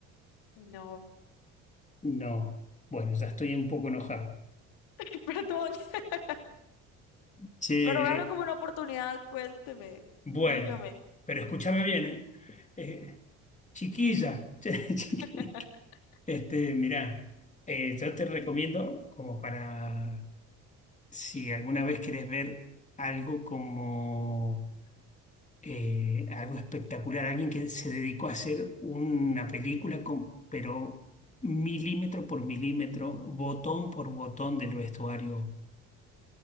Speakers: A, on the left; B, on the left.
A: no.
B: No, bueno, ya estoy un poco enojado.
A: <laughs> Perdón. <laughs>
B: Che,
A: Pero véalo como una oportunidad, cuénteme,
B: bueno,
A: dígame.
B: pero escúchame bien, ¿eh? Eh, chiquilla, <laughs> che, chiqui-
A: <laughs>
B: Este, mirá, eh, yo te recomiendo como para si alguna vez querés ver algo como eh, algo espectacular, alguien que se dedicó a hacer una película con, pero milímetro por milímetro, botón por botón del vestuario,